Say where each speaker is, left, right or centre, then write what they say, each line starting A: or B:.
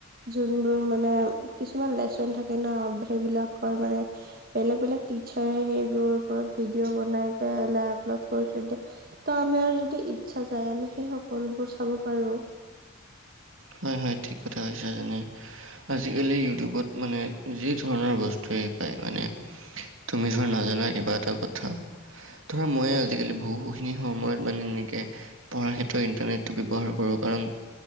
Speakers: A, on the right; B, on the right.
A: যোনবোৰ মানে কিছুমান লেচন থাকে ন সেইবিলাকৰ মানে বেলেগ বেলেগ টিচাৰে সেইবোৰৰ ওপৰত ভিডিঅ' বনাই পেলাই আপলোড কৰি থৈ দিয়ে ত আমাৰ যদি ইচ্ছা যায় আমি সেই সকলোবোৰ চাব পাৰো
B: হয় হয় ঠিক কথা কৈছা তুমি আজিকালি ইউটোবত মানে যি ধৰণৰ বস্তুৱেই পায় মানে তুমি ধৰা নাজানা কিবা এটা কথা ধৰা মইয়ে আজিকালি বহুখিনি সময়ত মানে এনেকে পঢ়াৰ ক্ষেত্ৰত ইণ্টাৰনেটটো ব্যৱহাৰ কৰোঁ কাৰণ